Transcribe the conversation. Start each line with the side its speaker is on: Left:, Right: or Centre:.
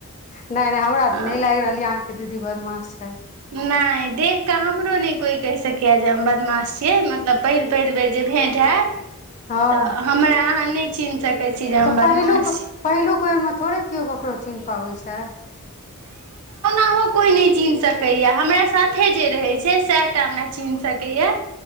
Left: नइ-नइ हमरा
Right: हँ
Left: तॅं नहि लागि रहलयए अहाँके दीदी बदमाश छथि
Right: नइॅं, देखि कऽ हमरो नहि कोइ कहि सकैए जे हम बदमाश छियै मतलब पहिल-पहिल बेर जे भेट हैत
Left: हँ
Right: तऽ हमरा अहाँ नइॅं चिन्ह सकैत छी जे
Left: तऽ
Right: हम
Left: पहिलुक
Right: बदमाश छी।
Left: पहिलुक बेरमे थोड़ेक केओ ककरो चिन्ह पाबै छै
Right: ओनाहुॅं कोई नहि चिन्ह सकैया हमरा साथे जे रहै छै सएहटा हमरा चिन्ह सकैयाए।